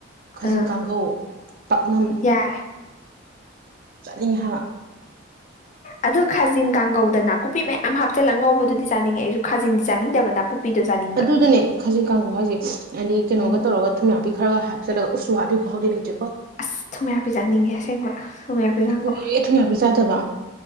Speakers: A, on the right; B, on the left.
A: ꯈꯥꯖꯤꯡ
B: ꯑꯥ
A: ꯀꯥꯡꯒꯧ ꯄꯥꯛꯅꯝ
B: ꯌꯥꯔꯦ
A: ꯆꯠꯅꯤꯡꯉ ꯍꯥꯏꯕ
B: ꯑꯗꯣ ꯈꯥꯖꯤꯡ ꯀꯥꯡꯒꯧꯗ ꯅꯥꯀꯨꯞꯄꯤ ꯃꯌꯥꯝ ꯍꯥꯞꯆꯤꯜꯂꯒ ꯉꯧꯕꯗꯨꯗꯤ ꯆꯥꯅꯤꯡꯉꯦ ꯑꯩꯁꯨ ꯈꯥꯖꯗꯤ ꯆꯥꯅꯤꯡꯗꯕ ꯅꯥꯀꯨꯞꯄꯤꯗꯣ ꯆꯥꯅꯤꯡꯕ
A: ꯑꯗꯨꯗꯨꯅꯦ ꯈꯥꯖꯤꯡ ꯀꯥꯡꯒꯧ ꯍꯥꯏꯁꯦ ꯍꯥꯏꯗꯤ ꯀꯩꯅꯣꯒ
B: ꯎꯝ
A: ꯇꯧꯔꯒ ꯊꯨꯝꯅꯥꯄꯤ ꯈꯔꯒ ꯍꯥꯞꯆꯤꯜꯂꯒ ꯎꯁꯨ ꯋꯥꯕꯤꯀꯣ ꯍꯧꯥꯎꯗꯤ ꯂꯩꯇꯦꯀꯣ
B: ꯑꯁ ꯊꯨꯝꯌꯥꯛꯄꯤ ꯆꯥꯅꯤꯡꯉꯦ ꯑꯁꯦꯡꯕ ꯊꯨꯝꯌꯥꯛꯄꯤ ꯀꯥꯡꯒꯧ
A: ꯀꯨꯏꯔꯦ ꯊꯨꯡ ꯌꯥꯕ ꯆꯥꯗꯕ